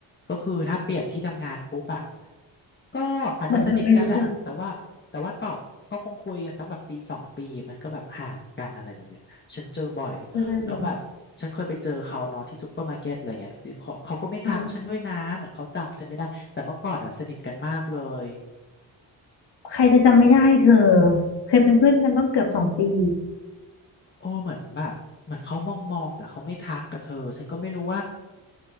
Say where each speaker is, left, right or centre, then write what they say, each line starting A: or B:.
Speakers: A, on the left; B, on the left.
A: ก็คือถ้าเปลี่ยนที่ทำงานปุ๊บอะ ก็อาจจะสนิทกันแหละแต่ว่าแต่ว่าตอบก็คงคุยกันสักแบบปีสองปีมันก็แบบห่างกันอะไรแบบเนี้ยฉันเจอบ่อยแล้วแบบฉันเคยไปเจอเขาเนาะที่ซูเปอร์มาร์เก็ตอะไรเงี้ยไปซื้อของเขาก็ไม่ทักฉันด้วยนะเหมือนเขาจำฉันไม่ได้แต่เมื่อก่อนอ่ะสนิทกันมากเลย
B: เหมือนคนไม่รู้จักเอออืม ใครจะจำไม่ได้เธอเคยเป็นเพื่อนกันต้องเกือบสองปี
A: โอ้เหมือนแบบเหมือนเขามองมองแต่เขาไม่ทักกับเธอฉันก็ไม่รู้ว่า